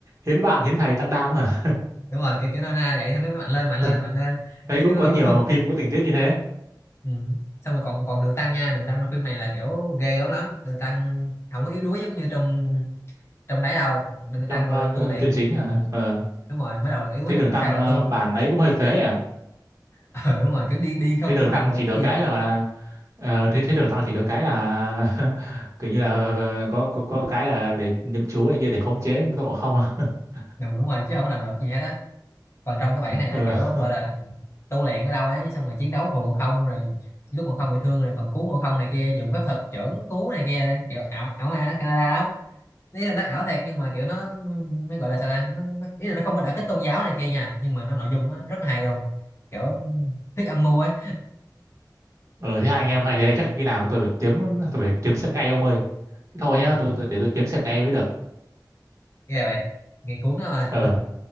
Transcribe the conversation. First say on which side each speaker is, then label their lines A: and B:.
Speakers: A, on the right; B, on the left.
A: hiến bạn hiến thầy tăng đam hả
B: đúng rồi cái cái nôm na này vậy thôi cái mạnh lên mạnh
A: <laughs>
B: lên mạnh lên
A: thấy
B: chứ
A: cũng
B: nếu
A: có
B: không
A: nhiều
B: không
A: phim có tình tiết như thế
B: ừ. xong rồi còn còn đường tăng nha đường tăng trong phim này là kiểu ghê gớm lắm đường tăng không có yếu đuối giống như trong trong đấy đâu đường
A: trong
B: tăng gọi
A: ờ,
B: là tu luyện
A: truyện chính
B: ừ.
A: hả ờ
B: đúng rồi mới đầu là yếu đuối
A: thấy
B: xong
A: đường
B: lúc
A: tăng
B: sau là
A: ờ,
B: tu
A: bản ấy cũng hơi phế nhỉ
B: ờ đúng rồi kiểu đi đi không
A: thấy
B: không
A: đường
B: làm
A: tăng
B: được
A: chỉ
B: cái
A: được
B: gì
A: cái
B: á
A: là gọi là ờ, thấy thấy đường tăng chỉ được cái là <laughs> kiểu như là ờ, có có có cái là để nhậm chú này kia để khống chế Tôn Ngộ Không <laughs>
B: đúng đúng rồi chứ không làm được gì hết á còn trong cái bản này là
A: ờ
B: kiểu gọi là tu luyện ở đâu ấy xong rồi chiến đấu phù Ngộ Không rồi lúc Ngộ Không bị thương rồi còn cứu Ngộ Không này kia dùng phép thuật chưởng cứu này kia kiểu ảo ảo ma Canada lắm ý là nó ảo thiệt nhưng mà kiểu nó nó gọi là sao ta nó, nó ý là nó không có đả kích tôn giáo này kia nha nhưng mà nó nội dung nó rất là hay luôn kiểu thuyết âm mưu á
A: ờ thế hai anh em hay thế chắc khi nào tôi phải kiếm tôi phải kiếm xem ngay ông ơi thế thôi nhá
B: ừ.
A: tôi, tôi để tôi kiếm xem ngay mới được
B: ghê vậy nghe cuốn đó mà
A: ờ